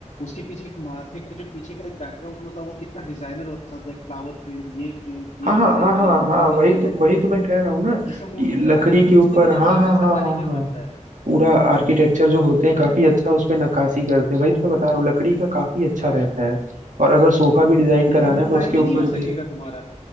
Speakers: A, on the left; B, on the right.
A: उसके पीछे एक माथे का जो पीछे का एक बैकग्राउंड होता है वो कितना डिजाइनर होता था फ्लावर प्रिंट ये प्रिंट ये
B: हाँ हाँ
A: कारीगरी
B: हाँ हाँ
A: वो
B: हाँ
A: कारीगरी
B: वही तो
A: लाइक
B: वही तो मैं कह रहा हूँ ना
A: जैसे मूर्ति
B: कि लकड़ी
A: कारीगरी
B: के ऊपर
A: करी जाती
B: हाँ
A: है
B: हाँ
A: वैसा
B: हाँ
A: कारीगर
B: हाँ हाँ
A: करता है
B: पूरा आर्किटेक्चर जो होते
A: तो फिर
B: हैं काफी अच्छा उस पे नक्काशी करते हैं वही तो मैं बता रहा हूँ लकड़ी का काफी अच्छा
A: हाँ
B: रहता है और अगर सोफा भी डिजाइन
A: लेकिन
B: कराना
A: वो
B: है तो
A: प्लाई
B: उसके
A: में
B: ऊपर
A: नहीं हो
B: भी
A: सकेगा तुम्हारा